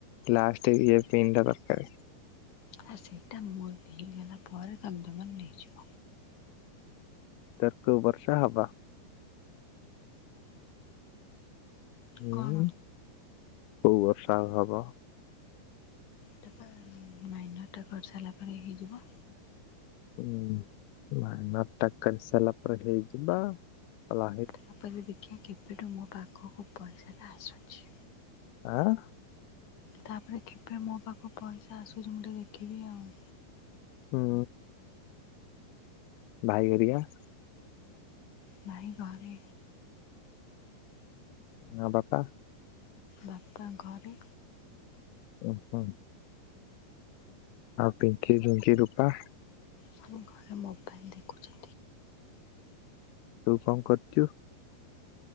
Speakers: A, on the left; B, on the left.
A: ଲାଷ୍ଟ ଇଏ ପିନ୍ ଟା ଦରକାରେ।
B: ହେ ସେଇଟା ମୋର ହେଇଗଲା ପରେ ତମେ ତମର ନେଇଯିବ।
A: ତର୍କ ବର୍ଷା ହବା। ହୁଁ
B: କଣ
A: କୋଉ ବର୍ଷା ହବ?
B: <unintelligible> ଅଟା କରି ସାରିଲା ପରେ ହେଇଯିବ।
A: ହୁଁ ମାଇ ନଟା କରି ସାରିଲା ପରେ ହେଇଯିବା ଭ
B: ତାପରେ ଦେଖିବା କେବେଠୁ ମୋ ପାଖୁକୁ ପଇସାଟା ଆସୁଚି।
A: ଆଁ।
B: ତାପରେ କେବେ ମୋ ପାଖୁକୁ ପଇସା ଆସୁଚି ମୁଁ ଟିକେ ଦେଖିବି ଆଉ।
A: ହୁଁ। ଭାଇ ହେରିକା?
B: ଭାଇ ଘରେ।
A: ଆଉ ବାପା?
B: ବାପା ଘରେ।
A: ଓହୋ। ଆଉ ପିଙ୍କି, ଝୁଙ୍କି, ରୂପା?
B: ସବୁ ଘରେ ମୋବାଇଲ୍ ଦେଖୁଛି।
A: ତୁ କଣ କରୁଚୁ?